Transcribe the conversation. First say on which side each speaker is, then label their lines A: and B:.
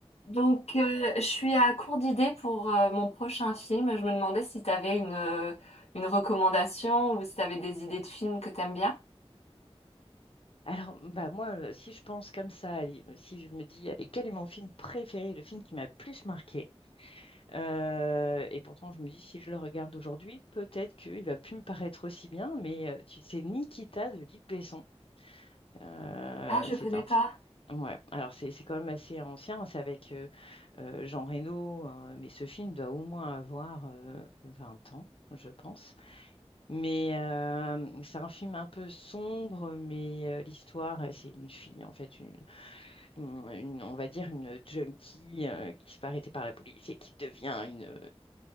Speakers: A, on the left (about 75°); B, on the left (about 55°).
A: Donc, euh, je suis à court d'idées pour euh, mon prochain film. Je me demandais si tu avais une, euh, une recommandation ou si tu avais des idées de films que t'aimes bien.
B: Alors, mmh, bah moi, euh, si je pense comme ça, allez, euh, si je me dis, allez, quel est mon film préféré, le film qui m'a le plus marqué, euh, et pourtant je me dis, si je le regarde aujourd'hui, peut-être qu'il va plus me paraître aussi bien, mais euh, tu sais, Nikita de Luc Besson, Euh,
A: Ah, je
B: c'est
A: connais
B: un
A: pas.
B: film. Ouais, alors c'est c'est quand même assez ancien, c'est avec euh, euh, Jean Reno, euh, mais ce film doit au moins avoir euh, 20 ans, je pense. Mais euh, c'est un film un peu sombre, mais euh, l'histoire, euh, c'est une fille, en fait, une, une- une- on va dire une junkie euh, qui se fait arrêter par la police et qui devient une, euh,